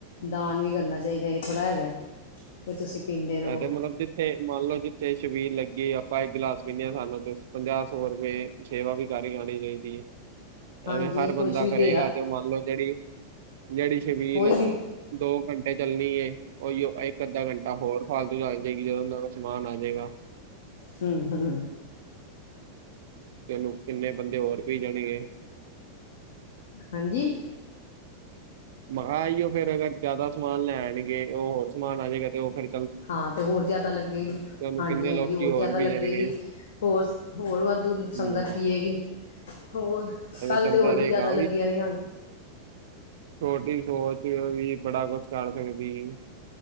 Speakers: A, on the left; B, on the right.
A: ਦਾਨ ਵੀ ਕਰਨਾ ਚਾਹੀਦਾ ਇਹ ਥੋੜ੍ਹਾ ਹੈਗਾ। ਵੀ ਤੁਸੀਂ ਪੀਂਦੇ। ਰਹੋ
B: ਤੇ ਮਤਲਬ ਜ। ਥੇ ਮੰਨ ਲਓ ਜਿੱਥੇ ਸ਼ਬੀਲ ਲੱਗੀ ਆਪਾਂ ਇੱਕ ਗਿਲਾਸ ਪੀਂਦੇ ਹਾਂ ਸਾਨੂੰ ਪੰਜਾਹ ਸੌ ਰੁਪਏ। ਸੇਵਾ ਵੀ ਕਰ ਈ ਆਣੀ ਚਾਹੀਦੀ ਹੈ।
A: ਹਾਂਜੀ
B: ਐਵੇਂ ਹਰ ਬੰਦਾ
A: ਕੁਛ ਵੀ
B: ਕਰੇਗਾ
A: ਦੇ ਆ
B: ਤੇ ਉਹ ਮੰਨ ਲਓ ਜਿਹੜੀ ਜਿਹੜੀ ਛਬੀਲ
A: ਕੋਈ ਵੀ
B: ਦੋ ਘੰਟੇ ਚੱਲਣੀ ਏ, ਉਹੀਓ ਇੱਕ-ਅੱਧਾ ਘੰਟਾ ਹੋਰ ਫਾਲਤੂ ਚੱਲ ਜੇਗੀ ਜਦੋਂ ਉਹਨਾਂ ਦਾ ਸਮਾਨ ਆ ਜੇਗਾ
A: ਹੂੰ ਹੂੰ
B: ਤੇ ਕਿੰਨੇ ਬੰਦੇ ਹੋਰ ਪੀ ਜਾਣਗੇ।
A: ਹਾਂਜੀ।
B: ਮੰਹਾ ਆਈ ਓ ਫੇਰ ਅਗਰ ਜ਼ਿਆਦਾ ਸਮਾਨ ਲੈ ਆਣਗੇ ਹੋਰ ਸਮਾਨ ਆ ਜੇਗਾ ਤੇ ਉਹ ਫਿਰ
A: ਹਾਂ ਤੇ ਹੋਰ ਜ਼ਿਆਦਾ ਲੱਗੇਗੀ,
B: ਉਹਨੂੰ
A: ਹਾਂਜੀ
B: ਕਿੰਨੇ ਲੋਕੀ
A: ਹਾਂਜੀ ਹੋਰ ਜ਼ਿਆਦਾ
B: ਪੀ
A: ਲੱਗੇਗੀ।
B: ਜਾਣਗੇ
A: ਹੋਰ, ਹੋਰ ਵਾਧੂ ਸੰਗਤ
B: ਹੂੰ।
A: ਪੀਏਗੀ ਹੋਰ
B: ਐਵੇਂ
A: ਕੱਲ੍ਹ
B: ਚੱਲਦਾ
A: ਤੇ ਹੋਰ
B: ਰਹੇਗਾ
A: ਵੀ ਜ਼ਿਆਦਾ ਲੱਗੀਆਂ ਰਈਆਂ ਹੋਣੀਆਂ
B: ਥੋਡੀ ਸੋਚ ਵੀ ਬੜਾ ਕੁਛ ਕਰ ਸਕਦੀ ਏ